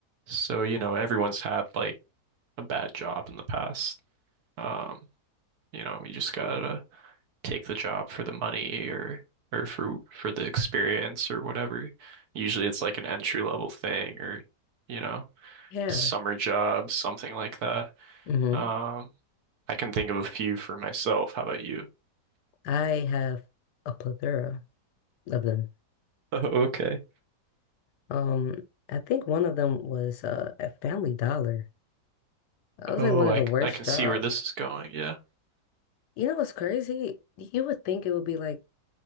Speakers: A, on the right; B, on the left.
A: So, you know, everyone's had like a bad job in the past. Um, you know, you just gotta take the job for the money or or for for the experience or whatever. Usually it's like an entry level thing or, you know,
B: Yeah.
A: summer job, something like that.
B: hmm
A: Um, I can think of a few for myself. How about you? <laughs>
B: I have a plethora of them.
A: Oh, okay.
B: Um, I think one of them was uh, at Family Dollar. That was
A: Oh,
B: like one of
A: I,
B: the
A: c-
B: worst
A: I can
B: jobs.
A: see where this is going. Yeah.
B: You know what's crazy? You would think it would be like,